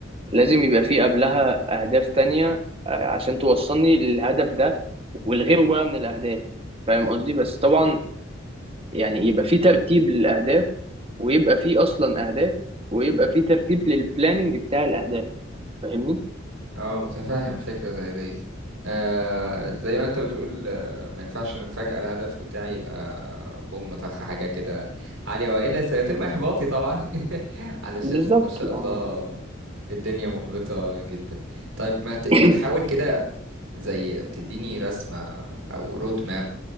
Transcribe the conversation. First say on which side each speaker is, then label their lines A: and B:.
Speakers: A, on the right; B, on the right.
A: لازم يبقى فيه قبلها أهداف تانية آه عشان توصلني للهدف ده والغيره بقى من الأهداف فاهم قصدي بس طبعا يعني يبقى فيه ترتيب للأهداف ويبقى فيه اصلا اهداف ويبقى فيه ترتيب للبلاننج بتاع الاهداف فاهمني
B: اه متفهم فكرة زي ديت آه زي ما انت بتقول آه ما ينفعش ان فجأة الهدف بتاعي يبقى بوم طخ حاجة كده عالية وإلا سيتم إحباطي طبعا <laughs> علشان
A: بالظبط
B: ما شاء
A: يعني
B: الله الدنيا محبطة جدا طيب ما ت...
A: <clears throat>
B: ما تحاول كده زي تديني رسمة أو رود ماب